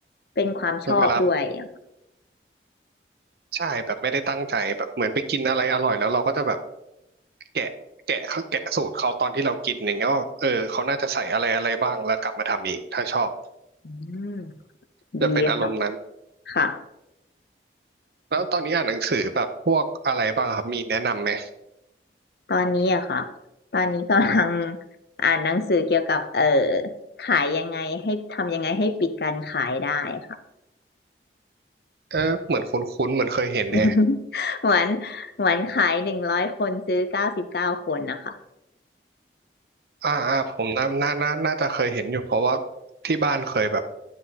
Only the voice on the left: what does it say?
เป็นความชอบด้วยอะ
อืม
ดีค่ะค่ะ
ตอนนี้อะค่ะ ตอนนี้กำลังอ่านหนังสือเกี่ยวกับเอ่อขายยังไงให้ทำยังไงให้ปิดการขายได้ค่ะ
<laughs> เหวานเหวนขายหนึ่งร้อยคนซื้อเก้าสิบเก้าคนนะคะ